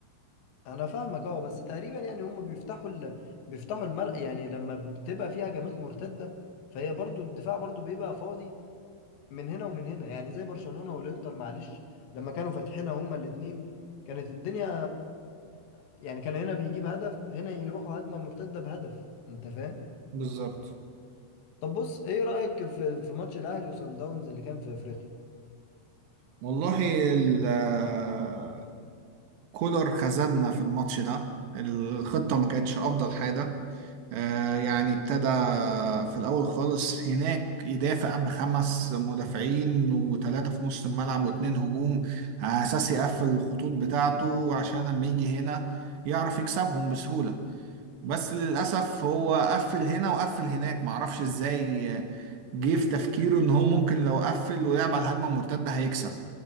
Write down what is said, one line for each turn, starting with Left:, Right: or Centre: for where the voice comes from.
Left: انا فاهمك اه بس تقريبا يعني هم بيفتحوا ال... بيفتحوا الملأ يعني لما بتبقى فيها هجمات مرتدة فهي برضو الدفاع برضو بيبقى فاضي من هنا ومن هنا يعني زي برشلونة والانتر معلش لما كانوا فاتحينها هما الاتنين كانت الدنيا يعني كان هنا بيجيب هدف هنا يروحوا هجمة مرتدة بهدف انت فاهم
Right: بالظبط
Left: طب بص ايه رأيك في في ماتش الاهلي وصن داونز اللي كان في افريقيا
Right: والله ال- كولر خذلنا في الماتش ده الخطة ما كانتش أفضل حاجة آه، يعني ابتدى في الأول خالص هناك يدافع بخمس مدافعين وثلاثة في نص الملعب واتنين هجوم على أساس يقفل الخطوط بتاعته عشان لما يجي هنا يعرف يكسبهم بسهولة بس للأسف هو قفل هنا وقفل هناك معرفش إزاي آه، جه في تفكيره إن هو ممكن لو قفل ولعب على الهجمة المرتدة هيكسب